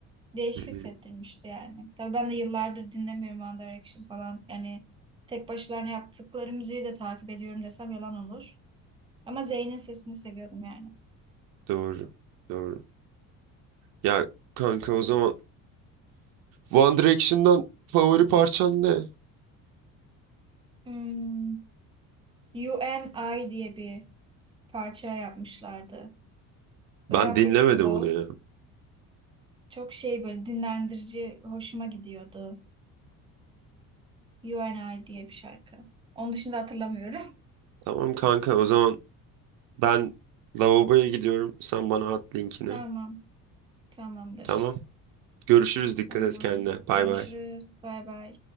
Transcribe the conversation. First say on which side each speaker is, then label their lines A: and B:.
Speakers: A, on the right; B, on the right.
A: Değişik
B: Hı hı,
A: hissettirmişti yani. Tabii ben de yıllardır dinlemiyorum One Direction falan. Yani tek başlarına yaptıkları müziği de takip ediyorum desem yalan olur. Ama Zayn'in sesini seviyordum yani.
B: Doğru. Doğru. Ya kanka o zaman One Direction'dan favori parçan ne?
A: Hmm, You and I diye bir parça yapmışlardı.
B: Ben
A: Böyle hafif
B: dinlemedim
A: slow.
B: onu ya.
A: Çok şey böyle dinlendirici hoşuma gidiyordu. You and I diye bir şarkı. Onun dışında hatırlamıyorum.
B: Tamam kanka o zaman ben lavaboya gidiyorum. Sen bana at
A: <laughs>
B: linkini.
A: Tamam. Tamamdır.
B: Tamam. Görüşürüz. Dikkat
A: Tamam.
B: et kendine. Bay
A: Görüşürüz.
B: bay.
A: Bay bay.